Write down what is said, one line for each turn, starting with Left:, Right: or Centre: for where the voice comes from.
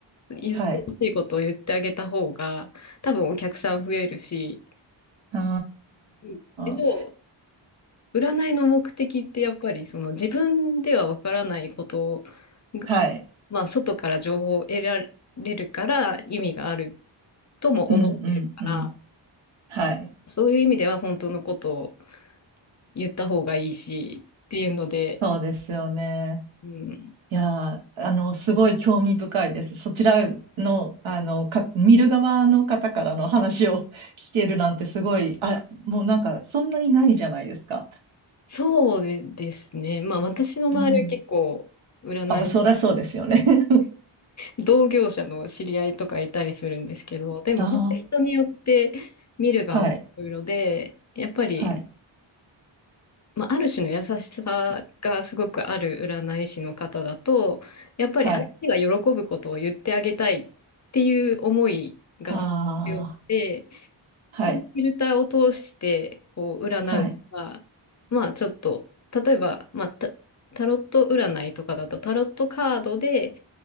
Left: 言ってほしいことを言ってあげた方が、
Right: はい。
Left: 多分お客さん増えるし、
Right: うー
Left: うんけど、
Right: ん。
Left: 占いの目的ってやっぱりその自分ではわからないことが、
Right: はい。
Left: まあ、外から情報を得られるから意味があるとも思ってるから、
Right: うん。うん。うん。はい。
Left: そういう意味では本当のことを言った方がいいしっていうので、
Right: そうですよね。
Left: うん、
Right: いやー、あの、すごい興味深いです。そちらの、あの、か、見る側の方からの話を <laughs> 聞けるなんてすごい、あ、もうなんか、そんなにないじゃないですか。
Left: そうですね。まあ私の周りは結構占い、
Right: うん。あ、まあ、そりゃそうですよね。<laughs>
Left: 同業者の知り合いとかいたりするんですけど、でも本当に人によって見る側もいろいろで、
Right: ああ、はい、
Left: やっぱり
Right: はい、
Left: まあ、ある種の優しさがすごくある占い師の方だと、やっぱり相手が喜ぶことを言ってあげたいっていう思いがすごく強くて、
Right: はい。ああ、
Left: そのフィルターを通してこう占うのが、
Right: はい、はい、
Left: まあちょっと、例えば、まあ、タ、タロット占いとかだとタロットカードで